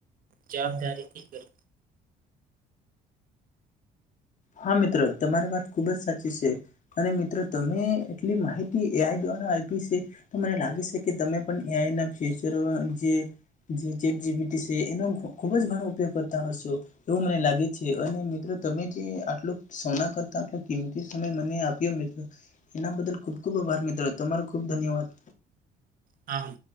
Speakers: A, on the right; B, on the left.
A: જવાબદારીથી કર
B: હા મિત્ર તમારી વાત ખુબ જ સાચી છે. અને મિત્ર તમે એટલી માહિતી એ આઈ દ્વારા આપી છે તો મને લાગે છે કે તમે પણ એઆઈના ફ્યુચરો જે જે ચેટ જીપીટી છે એનો ખુબ જ ઘણો ઉપયોગ કરતા હશો. એવું મને લાગે છે અને મિત્રો તમે જે આટલુંક સોના કરતા આટલું કિંમતી સમય મને આપ્યો મિત્ર એના બદલ ખુબ ખુબ આભાર મિત્ર તમારો ખુબ ધન્યવાદ.
A: હા.